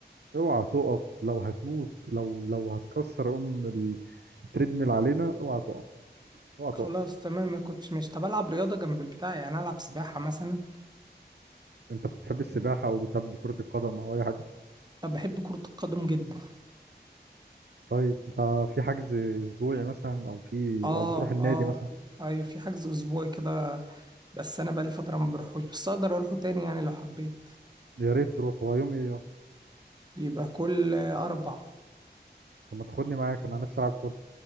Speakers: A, on the right; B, on the right.
A: اوعى تقف لو هتموت لو لو هتكسر ام التريدميل علينا اوعى تقف اوعى
B: خلاص
A: تقف
B: تمام ما كنتش مش طب العب رياضه جنب البتاع يعني العب سباحه مثلا
A: انت بتحب السباحه او بتحب كره القدم او اي حاجه
B: طب بحب كره القدم جدا
A: طيب انت في حجز اسبوعي مثلا او في
B: اه
A: او بتروح النادي
B: اه
A: مثلا
B: ايوه في حجز اسبوعي كده بس انا بقالي فتره ما بروحوش بس اقدر اروحه تاني يعني لو حبيت
A: يا ريت تروح هو يوم ايه يوم
B: بيبقى كل اربع
A: طب ما تاخدني معاك انا نفسي العب كوره